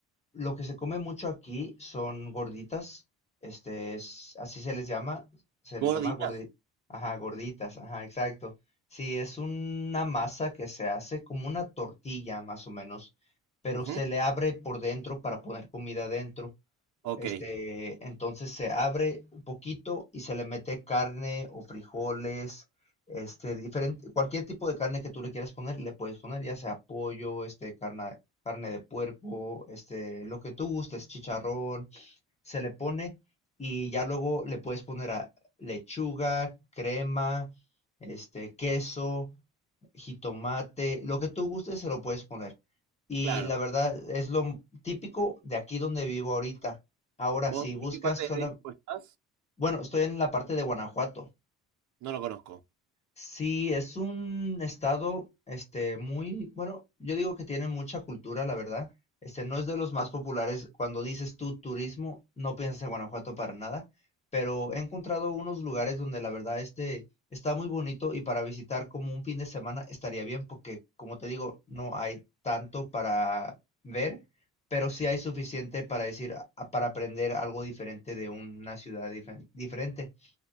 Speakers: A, on the left; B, on the right.
A: lo que se come mucho aquí son gorditas, este es, así se les llama, se
B: ¿Gorditas?
A: les llama gordi. ajá, gorditas, ajá, exacto. Sí, es una masa que se hace como una tortilla, más o menos, pero
B: Ujú,
A: se le abre por dentro para poner comida dentro.
B: Ok,
A: Este, entonces se abre un poquito y se le mete carne o frijoles, este, diferente, cualquier tipo de carne que tú le quieras poner, le puedes poner, ya sea pollo, este, carne, carne de puerco, este, lo que tú gustes, chicharrón, se le pone y ya luego le puedes poner a lechuga, crema, este, queso, jitomate, lo que tú gustes se lo puedes poner. Y
B: claro.
A: la verdad es lo típico de aquí donde vivo ahorita. Ahora,
B: ¿Vos
A: si buscas
B: en qué parte
A: sola,
B: de México estás?
A: bueno, estoy en la parte de Guanajuato.
B: No lo conozco.
A: Sí, es un estado, este, muy, bueno, yo digo que tiene mucha cultura, la verdad. Este, no es de los más populares. Cuando dices tú turismo, no piensas en Guanajuato para nada, pero he encontrado unos lugares donde la verdad, este, está muy bonito y para visitar como un fin de semana estaría bien porque, como te digo, no hay tanto para ver, pero sí hay suficiente para decir, a- para aprender algo diferente de una ciudad dife- diferente.